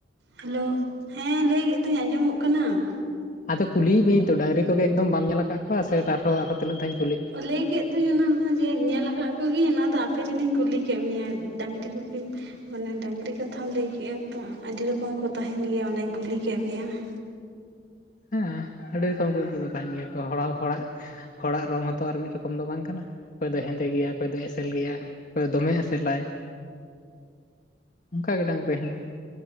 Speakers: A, on the right; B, on the left.
A: ᱦᱮᱞᱳ ᱦᱮᱸ, ᱞᱟᱹᱭ ᱮᱫ ᱫᱩᱧ ᱟᱸᱡᱚᱢᱚᱜ ᱠᱟᱱᱟ ᱾
B: ᱟᱫᱚ ᱠᱩᱞᱤᱜ ᱢᱤᱭᱟᱹᱧ ᱛᱚ ᱰᱟᱝᱨᱤ ᱠᱚᱜᱮ, ᱮᱠᱫᱚᱢ ᱵᱟᱢ ᱧᱮᱞ ᱠᱟᱜ ᱠᱚᱣᱟ ᱥᱮ, ᱴᱟᱨᱦᱚᱸ ᱟᱫᱚ ᱛᱤᱱᱟᱹᱜ ᱫᱷᱟᱧ
A: ᱞᱟᱹᱭ ᱠᱮᱫ ᱫᱩᱧ ᱚᱱᱟ ᱦᱚᱸ, ᱡᱮ ᱧᱮᱞ ᱠᱟᱫ ᱠᱚᱜᱮ ᱤᱧ ᱚᱱᱟᱫᱚ, ᱟᱯᱮ ᱨᱮᱱ ᱤᱧ ᱠᱩᱞᱤ ᱠᱮᱜ ᱢᱮᱭᱟ ᱰᱟᱝᱨᱤ ᱜᱩᱯᱤᱢ ᱢᱟᱱᱮ ᱰᱟᱝᱨᱤ ᱠᱟᱛᱷᱟᱢ ᱞᱟᱹᱭ ᱠᱮᱭᱟᱜ ᱛᱚ, ᱟᱹᱰᱤ ᱨᱚᱠᱚᱢ ᱠᱚ ᱛᱟᱦᱮᱱ ᱜᱮᱭᱟ, ᱚᱱᱟᱧ ᱠᱩᱞᱤ ᱠᱮᱫ ᱢᱮᱭᱟ ᱾
B: ᱦᱮᱸ ᱟᱹᱰᱤ ᱨᱚᱠᱚᱢ ᱠᱚ ᱠᱚᱫᱚ ᱛᱟᱦᱮᱱ ᱜᱮᱭᱟ ᱠᱚ, ᱦᱚᱲᱚ ᱦᱚᱲᱟᱜ ᱦᱚᱲᱟᱜ ᱨᱚᱝ ᱦᱚᱸᱛᱚ, ᱟᱨ ᱢᱤᱫ ᱨᱚᱠᱚᱢ ᱫᱚ ᱵᱟᱝ ᱠᱟᱱᱟ ᱾ ᱚᱠᱚᱭ ᱫᱚ ᱦᱮᱸᱫᱮ ᱜᱮᱭᱟ, ᱚᱠᱚᱭ ᱫᱚ ᱮᱥᱮᱞ ᱜᱮᱭᱟ, ᱚᱠᱚᱭ ᱫᱚ ᱫᱚᱢᱮ ᱮᱥᱮᱞᱟᱭ ᱾ ᱚᱝᱠᱟ ᱜᱮ ᱰᱟᱝᱨᱤ ᱦᱚᱸ ᱾